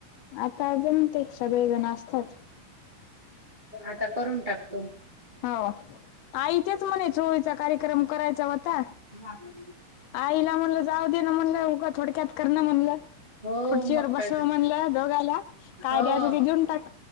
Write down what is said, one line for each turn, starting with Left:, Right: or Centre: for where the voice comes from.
Left: आताजण ते सगळेजण असतात.
Right: आता करून टाकतो.
Left: हो आ आईचेच म्हणे च होळीचा कार्यक्रम करायचा होता.
Right: हां.
Left: आईला म्हणलं जाऊ दे ना म्हणलं उगं थोडक्यात करणं म्हणलं.
Right: हो
Left: खुर्चीवर
Right: मग
Left: बसव
Right: काय तर
Left: म्हणलं दोघाला काय
Right: हो
Left: द्यायचं जे जेऊन टाक.